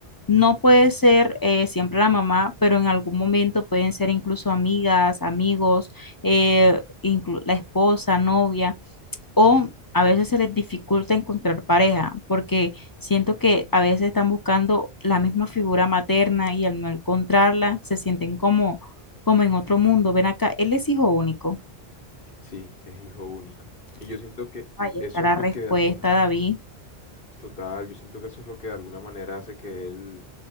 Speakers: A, on the left; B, on the left.
A: No puede ser eh, siempre la mamá, pero en algún momento pueden ser incluso amigas, amigos, eh, inclu- la esposa, novia, o a veces se les dificulta encontrar pareja, porque siento que a veces están buscando la misma figura materna y al no encontrarla se sienten como, como en otro mundo. Ven acá, él es hijo único.
B: Sí, es hijo único. Y yo siento que
A: Ahí
B: eso
A: está la
B: es lo
A: respuesta,
B: que de alguna...
A: David.
B: Total, yo siento que eso es lo que de alguna manera hace que él,